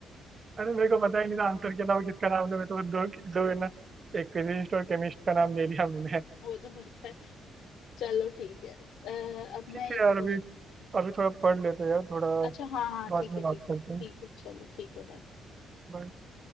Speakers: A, on the right; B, on the left.
A: अरे मेरे को पता ही नहीं था आंसर के अलावा किसका नाम था मैं तो दो दो है ना एक फिजिस्ट और केमिस्ट का नाम ले लिया मैंने
B: वो तो पता है चलो ठीक है अ, अब
A: ठीक
B: मैं
A: है
B: एक
A: यार
B: पूछ
A: अभी अभी थोड़ा पढ़ लेते हैं यार थोड़ा
B: अच्छा हाँ हाँ
A: बाद
B: ठीक
A: में
B: है
A: बात
B: ठीक है
A: करते
B: ठीक
A: हैं
B: है चलो ठीक है बाय
A: Bye.